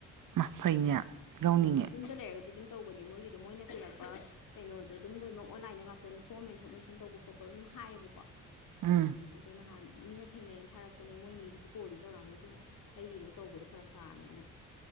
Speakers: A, on the right; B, on the left.
A: ꯃꯥ ꯐꯩꯅꯦ
B: ꯑꯗ
A: ꯌꯥꯎꯅꯤꯡꯉꯦ
B: ꯌꯨꯝꯗ ꯂꯩꯔꯒꯗꯤ ꯑꯗꯨꯝ ꯇꯧꯕꯅꯦ ꯃꯣꯏꯒꯤꯗꯣ ꯃꯣꯏꯅ ꯄꯤꯔꯛꯄ ꯀꯩꯅꯣꯗꯣ ꯑꯗꯨꯝ ꯂꯣꯏꯅꯃꯛ ꯑꯣꯟꯂꯥꯏꯟꯗ ꯉꯥꯛꯇꯅꯤ ꯐꯣꯔꯝ ꯃꯦꯟꯊꯣꯛ ꯃꯦꯟꯁꯤꯟ ꯇꯧꯕ ꯈꯣꯠꯄ ꯑꯗꯨꯝ ꯍꯥꯏꯌꯦꯕꯀꯣ
A: ꯎꯝ
B: ꯑꯗꯨ ꯅꯍꯥꯟ ꯃꯤꯅ ꯊꯦꯡꯅꯩꯩꯅ ꯊꯥꯔꯛꯄꯅꯦ ꯃꯣꯏ ꯃꯤꯗꯨꯁꯨ ꯀꯣꯜꯗꯤ ꯇꯧꯔꯛꯑꯝꯃꯦ ꯑꯗꯨ ꯑꯩꯗꯤ ꯑꯃꯨꯛ ꯇꯧꯕꯗꯣ ꯐꯔꯛ ꯇꯥꯕꯅꯤꯅ